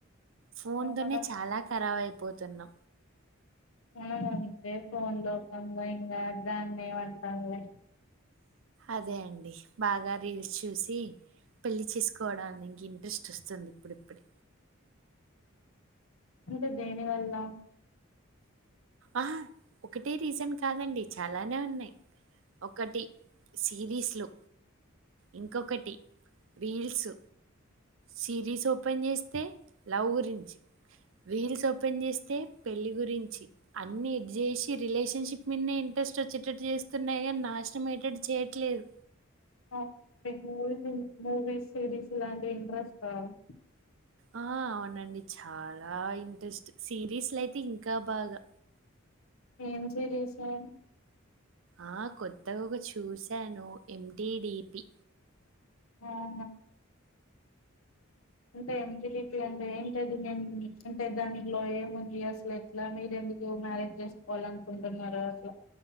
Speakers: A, on the right; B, on the left.
A: ఫోన్ తోనే
B: మనం
A: చాలా కరాబై వద్దన్నా
B: అవునందే పోన్ లో ఒక అమ్మాయ్ అ దాన్న వంటంలే
A: అదే అండి బాగా రీల్స్ చూసి పెళ్లి చేసుకోవడానికి ఇంట్రెస్ట్ వస్తుంది ఇప్పుడిప్పుడే
B: అంటే దేని వల్ల
A: ఆ ఒకటే రీజన్ కాదండి చాలానే ఉన్నాయి ఒకటి సిరీస్లు ఇంకొకటి రీల్స్ సిరీస్ ఓపెన్ చేస్తే లవ్ గురించి రీల్స్ ఓపెన్ చేస్తే పెళ్లి గురించి అన్ని ఇది చేసి రిలేషన్షిప్ మీద ఇంట్రెస్ట్ వచ్చేటట్టు చేస్తున్నాయి కానీ నాశనం అయ్యేటట్లు చేయట్లేదు
B: నాకు మూవీస్ మూవీస్ సిరీస్ లాంటివి ఇంట్రెస్ట్ రాదు
A: ఆ అవునండి చాలా ఇంట్రెస్ట్ సిరీస్ల అయితే ఇంకా బాగా
B: ఏం సిరీస్ అన్
A: ఆ కొత్తకొకటి చూశాను ఎంటిడిపి
B: ఆహా అంటే ఎన్టీడిపి అంటే ఏంటది నేను అంటే దానిట్లో ఏముంది అసలు ఎట్లా మీర ఎందుకు మ్యారేజ్ చేసుకోవాల అనుకుంటున్నారు అట్ల